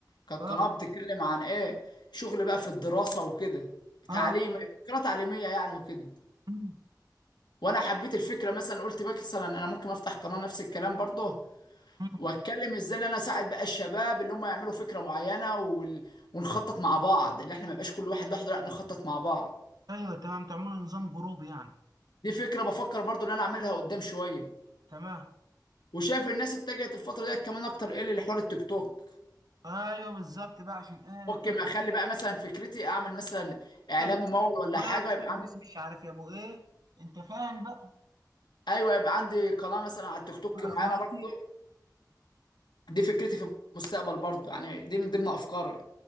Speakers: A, on the left; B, on the right.
A: كانت
B: اه
A: قناه بتتكلم عن ايه شغل بقى في الدراسه وكده
B: اه
A: تعليم قناه تعليميه يعني وكده
B: مم.
A: وانا حبيت الفكره مثلا قلت بقى مثلا انا ممكن افتح قناه نفس الكلام برضه
B: مم.
A: واتكلم ازاي ان انا اساعد بقى الشباب اللي هم يعملوا فكره معينه وال... ونخطط مع بعض اللي احنا ما يبقاش كل واحد لوحده لا نخطط مع بعض
B: ايوه تمام تعملوا نظام جروبي يعني
A: دي فكره بفكر برضو ان انا اعملها قدام شويه
B: تمام
A: وشايف الناس اتجهت الفتره ديت كمان اكتر ايه لحوار التيك توك
B: ايوه بالظبط بقى عشان ايه
A: ممكن
B: كب-
A: اخلي بقى مثلا فكرتي اعمل مثلا اعلان
B: كبس
A: ممول ولا
B: واف
A: حاجه
B: كبس
A: يبقى عندي
B: مش عارف يا ابو ايه انت فاهم بقى
A: ايوه يبقى عندي قناه مثلا على التيك توك
B: يا
A: معينه
B: اخواتي
A: برضو دي فكرتي في المستقبل برضو يعني دي من ضمن افكاري